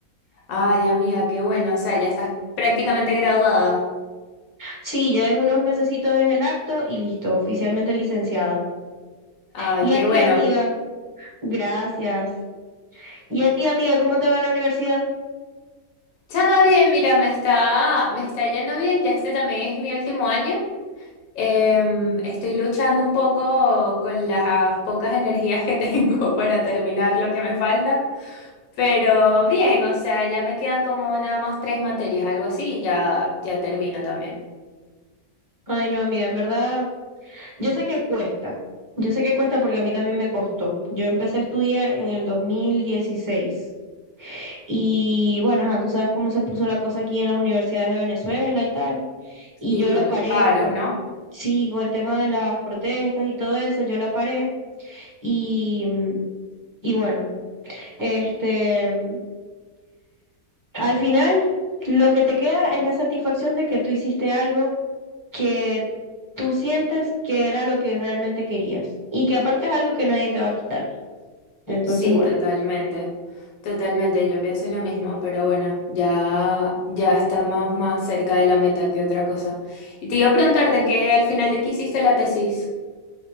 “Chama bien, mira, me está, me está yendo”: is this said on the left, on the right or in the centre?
Left